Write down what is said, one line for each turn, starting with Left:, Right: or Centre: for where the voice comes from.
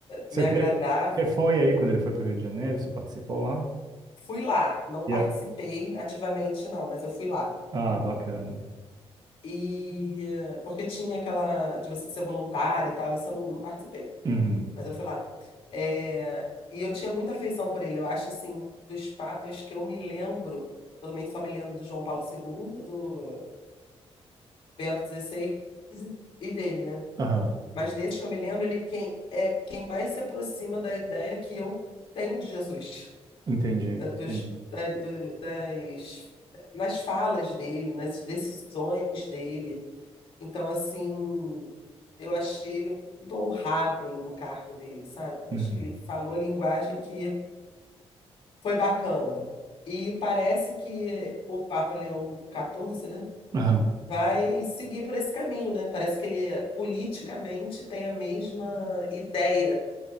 Right: Você
Left: me agradava.
Right: teve, você foi aí quando ele foi para o Rio de Janeiro? Você participou lá?
Left: Fui lá, não
Right: Yeah.
Left: participei ativamente não, mas eu fui lá.
Right: Ah, bacana.
Left: E eh, porque tinha aquela de você ser voluntário e tal, isso eu não, não participei,
Right: Uhum.
Left: mas eu fui lá. É, e eu tinha muita afeição por ele. Eu acho assim, dos papas que eu me lembro, também só me lembro do João Paulo segundo do Bento XVI e dele, né?
Right: Aham.
Left: Mas desses que eu me lembro, ele quem, é quem mais se aproxima da ideia que eu tenho de Jesus,
Right: Entendi,
Left: da- dos,
Right: entendi.
Left: da- do- das, nas falas dele, nas decisões dele. Então, assim, eu achei ele muito honrado ali no cargo dele, sabe? Eu
Right: Uhum.
Left: Acho que ele falou a linguagem que foi bacana. E parece que o Papa Leão XIV, né?
Right: Aham.
Left: vai seguir por esse caminho, né? Parece que ele politicamente tem a mesma ideia